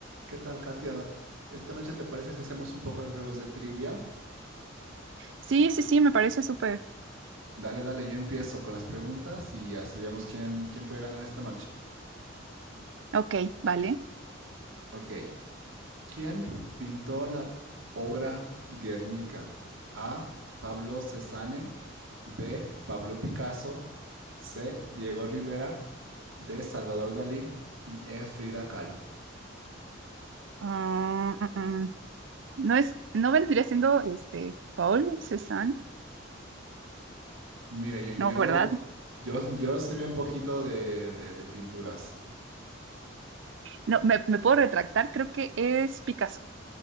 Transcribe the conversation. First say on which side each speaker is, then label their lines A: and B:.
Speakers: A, on the right (about 85°); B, on the right (about 65°).
A: ¿Qué tal, Katiada? Esta noche te parece si hacemos un poco de juegos de trivia?
B: Sí, sí, sí, me parece súper.
A: Dale, dale, yo empiezo con las preguntas y así vemos quién, quién puede ganar esta noche.
B: Ok, vale.
A: Ok. ¿Quién pintó la obra Guernica? A. Pablo Cézanne. B. Pablo Picasso. C. Diego Rivera. D. Salvador Dalí. Y E. Frida Kahlo.
B: Ah, mm, mm. No es, no vendría siendo este Paul Cézanne,
A: Mira, yo, yo,
B: no, ¿verdad?
A: yo, yo sé bien poquito de, de de pinturas.
B: No, me, me puedo retractar, creo que es Picasso.